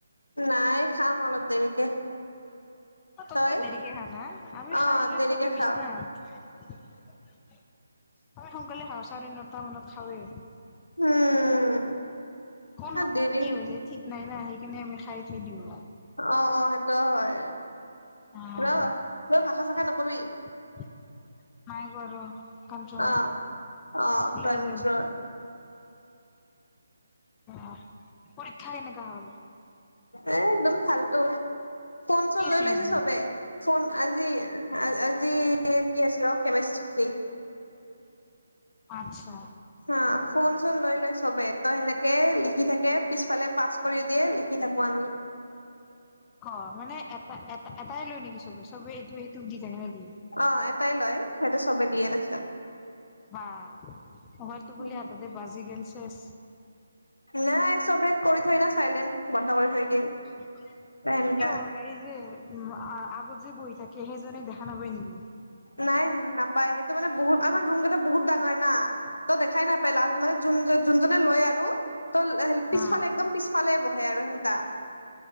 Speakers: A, on the left; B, on the left.
A: নাই, খাম অলপ দেৰিকে।
B: অ', তত
A: তই
B: দেৰিকে খাওঁ না, আমি
A: অ
B: খাই লৈ
A: দেৰিকে
B: চবে
A: খাও
B: বিচনা <unintelligible> সোনকালে খাওঁ চাৰে নটা মানত খাওঁয়ে।
A: উম
B: কোন সময়ত
A: দেৰি
B: কি হৈ যায় ঠিক নাই না, সেইখিনি আমি খাই <unintelligible> আৰু।
A: অ', অ', সেইটোয়ো হয়।
B: অ', <unintelligible>
A: ৰ ৰ ভাষা চাষা নকবি
B: কণ্ট্ৰল,
A: অ অ
B: ওলাই
A: কন্ট্ৰল
B: যায়। অ', পৰীক্ষা কেনেকা হ'ল?
A: এ, একদম ফালটো, ফোন, চোন
B: কি আছিল
A: লৈ লৈছে
B: আজি
A: চবে। ফোন আজি-আ-আজি কি আছিল ৰ, কেমেচষ্ট্ৰি
B: আতছা।
A: হা, ফোন, চোন লৈ লয় চবে ত' সেনেকে লিখি থাকে পিছফালে পাছ কৰি দিয়ে, লিখি থাকোঁ আমি।
B: অ', মানে এটা, এটা-এটাই লৈয় নিকি চবে, চবে এইটোৱে সিটোক দি থাকে নেকি?
A: অ', এটাই লয়, সেইটো চবেই দিয়ে তাছত
B: বা, মোবাইলটো
A: তাৰপিছত
B: বোলে হঠাতে বাজি গেল চেছ।
A: নাই, চবেই কৰি থয় না চাইলেণ্ট, বন্ধ কৰি থৈ দিয়ে।
B: <unintelligible>
A: সেনেকা
B: এই যে, আ-আগত যে, বহি থাকে সেইজনে দেখা নাপায় নিকি?
A: নাই নাপায়, সেইটো মানে বহুত আমাৰ ৰুমকেটা বহুত ডাঙৰ না। ত' দেখাই নাপাই লাচ মানে যোন-যোনজনে লয় আৰু ত' <unintelligible>
B: নাই।
A: পিছফালে একদম পিছফালে বহে আৰু সেনকা।